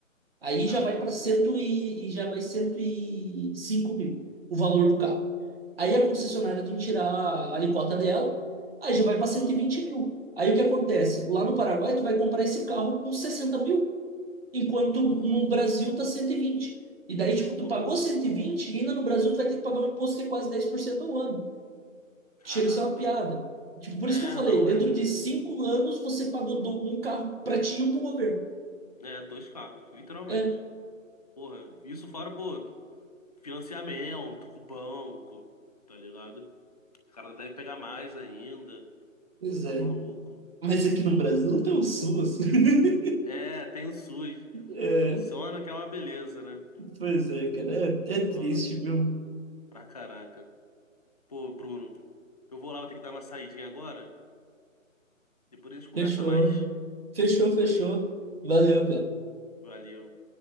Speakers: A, on the right (about 45°); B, on the left (about 30°).
A: Aí
B: caraca.
A: já vai para cento e, e já vai 105 mil o valor do carro. Aí a concessionária tem que tirar a alíquota dela, aí já vai
B: Uhum.
A: para cento e vinte mil. Aí o que acontece? Lá no Paraguai, tu vai comprar esse carro com 60 mil enquanto no
B: Porra,
A: Brasil tá cento E vinte e daí, tipo, tu
B: porra,
A: pagou cento e vinte e ainda no Brasil tu vai ter que pagar um imposto que é quase 10% ao ano.
B: caraca.
A: que Chega a ser uma piada. Tipo, por
B: É,
A: isso que eu falei,
B: não
A: dentro
B: é.
A: de cinco anos você pagou do- um carro pra ti e um pro governo.
B: É, dois carros, literalmente.
A: É,
B: Porra, isso fora, pô, financiamento com o banco, tá ligado? O cara deve pegar mais ainda.
A: Pois
B: Tá
A: é.
B: maluco.
A: Mas aqui no Brasil
B: Tá ma-
A: não tem um SUS. <laughs>
B: É, tem o SUS,
A: É,
B: que funciona, que é uma beleza, né?
A: pois é, cara. É, é triste,
B: Pô,
A: viu?
B: pra caraca. Pô, Bruno, eu vou lá, vou ter que dar uma saidinha agora. Depois a gente conversa
A: fechou.
B: mais.
A: Fechou, fechou.
B: Valeu.
A: Valeu, cara.
B: valeu